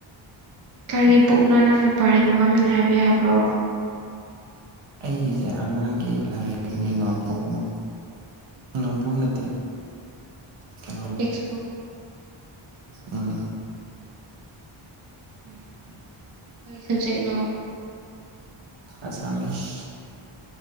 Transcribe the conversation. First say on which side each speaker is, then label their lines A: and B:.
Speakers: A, on the right (about 40°); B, on the right (about 70°).
A: ꯀꯔꯤ ꯕꯨꯛꯅꯣ ꯅꯪꯅ ꯄꯔꯤꯗꯣ ꯃꯃꯤꯡ ꯍꯥꯏꯕ ꯌꯥꯕ꯭ꯔꯣ
B: ꯑꯩꯒꯤꯁꯦ ꯑꯉꯥꯡꯒꯤ ꯂꯥꯏꯔꯤꯛꯅꯤ ꯅꯣꯠꯕꯨꯛꯅꯤ ꯎ ꯄꯨꯅꯠꯇꯦ ꯀꯩꯅꯣ
A: ꯇꯦꯛꯁꯕꯨꯛ
B: ꯎꯝ
A: ꯎꯝ ꯀꯔꯤ ꯁꯕꯖꯦꯛꯅꯣ
B: ꯑꯁꯥꯝꯃꯤꯁ